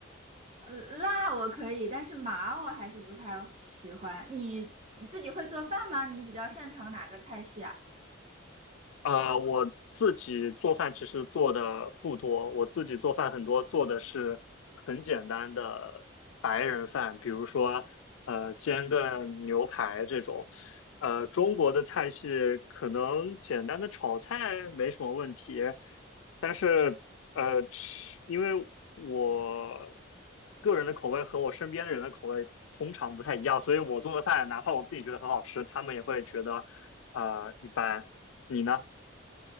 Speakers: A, on the right; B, on the left.
A: 呃辣我可以，但是麻我还是不太喜欢。你你自己会做饭吗？你比较擅长哪个菜系啊？
B: 呃，我自己做饭其实做的不多，我自己做饭很多做的是很简单的白人饭，比如说呃煎个牛排这种。呃，中国的菜系可能简单的炒菜没什么问题，但是呃吃，因为我个人的口味和我身边的人的口味通常不太一样，所以我做的饭哪怕我自己觉得很好吃，他们也会觉得啊、呃一般。你呢？